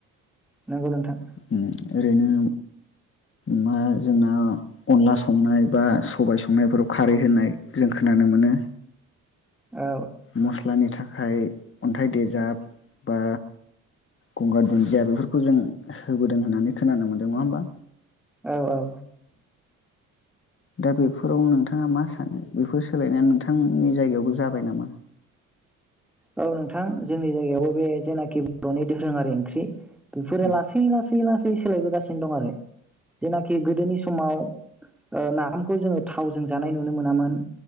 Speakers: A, in the centre; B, on the left.
A: नंगौ नोंथां
B: उम ओरैनो मा जोंना अनला संनाय बा सबाय संनायफोराव खारै होनाय जों खोनानो मोनो।
A: औ
B: मस्लानि था खाय अन्थाइ देजाब बा गंगार दुन्दिया बेफोरखौ जों होबोदों होननानै खोनानो मोन्दों नङा होमबा।
A: औ औ
B: दा बेफोराव नोंथाङा मा सानो बेफोर सोलायनाया नोंथांमोननि जायगायावबो जाबाय नामा?
A: औ नोंथां जोंनि जायगायावबो बे जेनाखि बर'नि दोरोङारि ओंख्रि बेफोरो
B: उम
A: लासै लासै लासै सोलायबोगासि सिन दं आरो जेनाखि गोदोनि समाव ओ नाफामखौ जोङो थावजों जानाय नुनो मोनामोन।